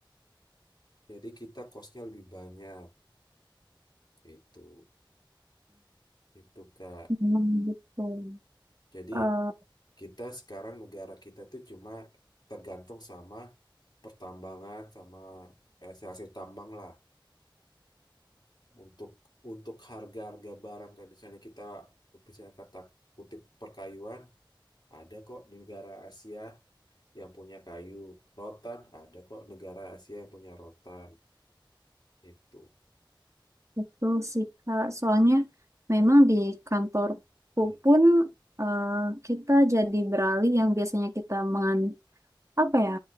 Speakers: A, on the left; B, on the right.
A: Jadi kita kosnya lebih banyak itu Itu Kak.
B: Memang betul.
A: Jadi
B: Eh,
A: kita sekarang negara kita tuh cuma tergantung sama pertambangan sama hasil tambang lah untuk untuk harga-harga barang kayak misalnya kita bisa kata kutip perkayuan ada kok di negara Asia yang punya kayu rotan ada kok negara Asia yang punya rotan itu
B: betul sih, Kak. Soalnya memang di kantorku
A: Hmm,
B: pun eh, kita jadi beralih yang biasanya kita mengan apa ya,